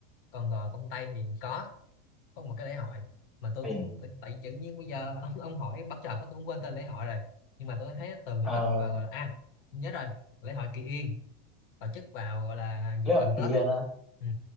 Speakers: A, on the left; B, in the centre.
A: còn gò công tây thì có có một cái lễ hội mà tôi
B: Hay
A: cũng
B: nhỉ?
A: tại vì tự nhiên bây giờ <laughs> ông ông hỏi bắt chợt quá tôi cũng quên tên lễ hội rồi nhưng mà tôi thấy tường giải
B: Ờ,
A: thích và gọi là à nhớ rồi lễ hội Kỳ Yên tổ chức vào gọi là dịp
B: lễ hội
A: gần
B: kỳ
A: Tết
B: Yên
A: á
B: á.
A: ừ.